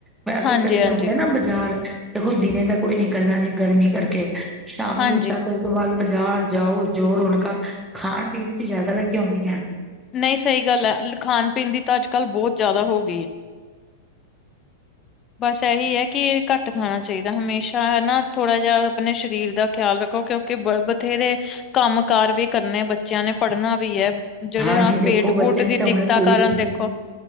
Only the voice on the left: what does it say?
ਹਾਂਜੀ
ਹਾਂਜੀ
ਹਾਂਜੀ
ਨਹੀਂ ਸਹੀ ਗੱਲ ਹੈ ਖਾਣ ਪੀਣ ਦੀ ਤਾਂ ਅੱਜ ਕੱਲ੍ਹ ਬਹੁਤ ਜ਼ਿਆਦਾ ਹੋ ਗਈ ਹੈ ਬਸ ਇਹੀ ਹੈ ਕਿ ਘੱਟ ਖਾਣਾ ਚਾਹੀਦਾ ਹਮੇਸ਼ਾ ਹਨਾ ਥੋੜ੍ਹਾ ਜਿਹਾ ਆਪਣੇ ਸਰੀਰ ਦਾ ਖਿਆਲ ਰੱਖੋ ਕਿਉਂਕਿ ਬ ਬਥੇਰੇ ਕੰਮ ਕਾਰ ਵੀ ਕਰਨੇ ਬੱਚਿਆਂ ਨੇ ਪੜ੍ਹਨਾ ਵੀ ਐ ਜਿਹੜੇ
ਆ
ਪੇਟ
ਪੂਟ
ਦੀ
ਦਿੱਕਤਾਂ
ਕਾਰਨ
ਦੇਖੋ